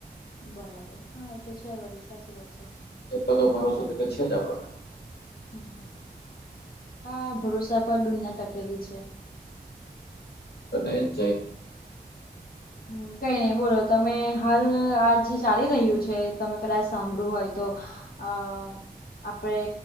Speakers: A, on the left (about 60°); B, on the left (about 85°).
A: બરાબર. હા, એ તો છે બધી સાચી વાત છે.
B: એટલો તો ભરોસો છે જ આપડો ને.
A: હ હા, ભરૂસાા પર દુનિયા ટકેલી છે.
B: પટાય જ જાય.
A: હમ. કઈની બોલો? તમે હાલ આ જે ચાલી રહ્યું છે. તમે કદાચ સાંભળ્યું હોય તો અ આપડે